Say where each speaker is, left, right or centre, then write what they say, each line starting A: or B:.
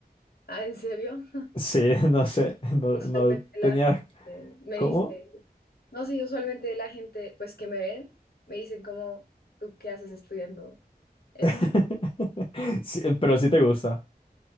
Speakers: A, on the left; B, on the left.
A: Ah, ¿en serio?
B: Sí, <laughs> no sé,
A: <laughs>
B: no,
A: Usualmente
B: no
A: la
B: tenía
A: gente me
B: cómo.
A: dice, no, sí, usualmente la gente, pues que me ven, me dicen como, ¿tú qué haces estudiando eso?
B: <laughs> Sí, pero sí te gusta.